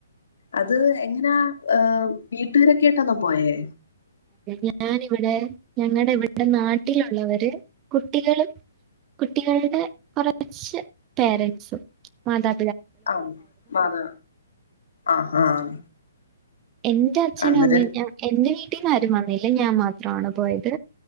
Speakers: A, on the left; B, on the right.
A: അത് എങ്ങനാ ഏ വീട്ടുകാരൊക്കെ ആയിട്ടാന്നോ പോയേ
B: ഞാനിവിടെ ഞങ്ങടെ ഇവിടെ നാട്ടിലുള്ളവര് കുട്ടികളും കുട്ടികളുടെ കൊറച്ച് പേരൻസും മാതാ
A: ആഹ് മാത ആഹ് ആഹ്
B: എന്റെ അച്ഛനും
A: അന്നേരം
B: അമ്മയും ഞാൻ എന്റെ വീട്ടിന്ന് ആരും വന്നില്ല ഞാൻ മാത്രമാണ് പോയത്